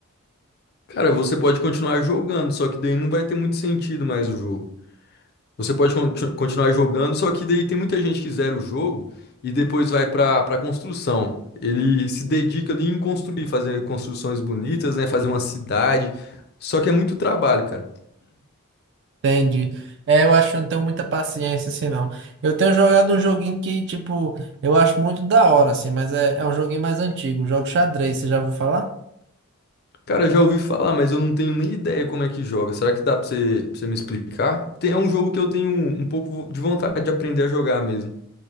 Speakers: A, on the left; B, on the right.
A: Cara, você pode continuar jogando, só que daí não vai ter muito sentido mais o jogo. Você pode conti- continuar jogando, só que daí tem muita gente que zera o jogo e depois vai para para construção. Ele se dedica ali em construir, fazer construções bonitas, né? Fazer uma cidade. Só que é muito trabalho, cara.
B: Entendi. É, eu acho que eu não tenho muita paciência, assim, não. Eu tenho jogado um joguinho que, tipo, eu acho muito da hora, assim, mas é, é um joguinho mais antigo, jogo xadrez, você já ouviu falar?
A: Cara, já ouvi falar, mas eu não tenho nem ideia como é que joga. Será que dá pra você, pra você me explicar? Tem, é um jogo que eu tenho um um pouco de vontade de aprender a jogar mesmo.